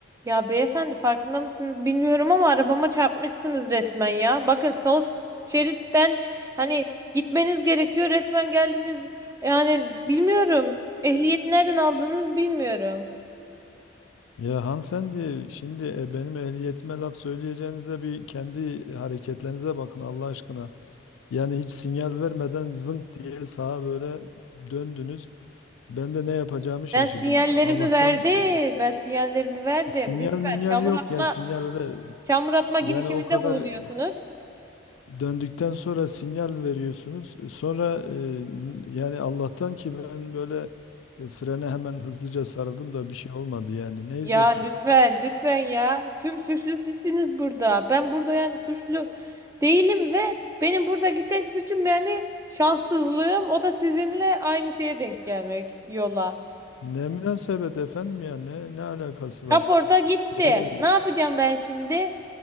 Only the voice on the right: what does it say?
Ya beyefendi farkında mısınız bilmiyorum ama arabama çarpmışsınız resmen ya. Bakın sol şeritten hani gitmeniz gerekiyor resmen geldiniz. Yani bilmiyorum. Ehliyeti nereden aldığınız bilmiyorum.
Ben sinyallerimi
verdim.
Ben sinyallerimi verdim.
Lütfen
çamur
atma,
çamur atma
girişiminde
bulunuyorsunuz.
Ya
lütfen, lütfen ya. Tüm suçlu sizsiniz burada. Ben burada yani suçlu değilim ve benim buradaki tek suçum yani şanssızlığım. O da sizinle aynı şeye denk gelmek yola.
Kaporta
gitti.
Ne yapacağım ben şimdi?